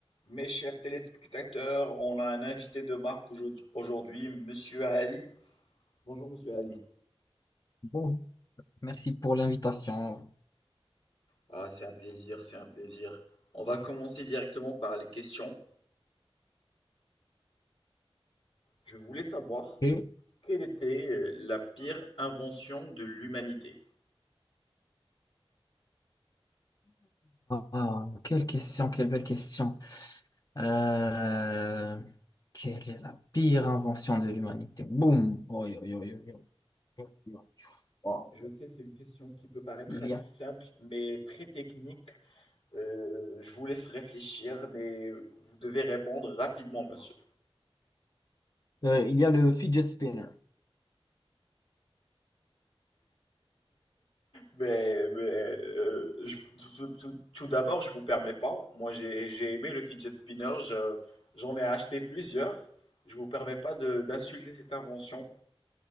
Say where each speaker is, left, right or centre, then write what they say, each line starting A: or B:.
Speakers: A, on the left; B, on the left.
A: Mes chers téléspectateurs, on a un invité de marque aujourd- aujourd'hui, Monsieur Ali. Bonjour Monsieur Ali.
B: Bon, merci pour l'invitation.
A: Ah, c'est un plaisir, c'est un plaisir. On va commencer directement par les questions. Je voulais savoir
B: Et...
A: quelle était euh, la pire invention de l'humanité.
B: Ah, quelle question, quelle belle question. Euh, quelle est la pire invention de l'humanité? Boum. Oi, oi, oi, oi, oi, oi, oi. Wow.
A: Je sais, c'est une question qui peut paraître
B: Il
A: assez
B: y a,
A: simple, mais très technique. Euh, je vous laisse réfléchir, mais vous devez répondre rapidement, monsieur.
B: euh, il y a le fidget spinner
A: Mais, mais euh, je- tout, tout- tout- tout d'abord, je vous permets pas. Moi, j'ai, j'ai aimé le fidget spinner. je- j'en ai acheté plusieurs. Je vous permets pas de- d'insulter cette invention.